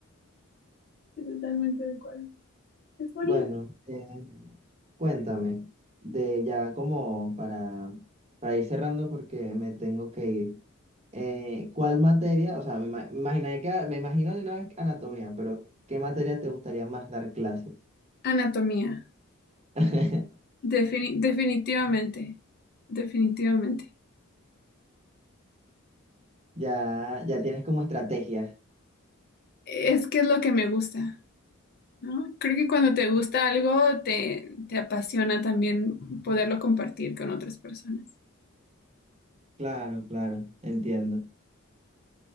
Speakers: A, on the left; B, on the right.
A: Estoy totalmente de acuerdo. Es bonito.
B: Bueno, eh, cuéntame, de ya como para, para ir cerrando porque me tengo que ir, eh, ¿cuál materia, o sea, me, ima- me imaginé que, me imagino de una vez anatomía, pero ¿qué materia te gustaría más dar clases?
A: Anatomía.
B: <laughs>
A: Defini- definitivamente. Definitivamente.
B: Ya, ya tienes como estrategia.
A: Es que es lo que me gusta. ¿no? Creo que cuando te gusta algo, te, te apasiona también poderlo compartir con otras personas.
B: Claro, claro, entiendo.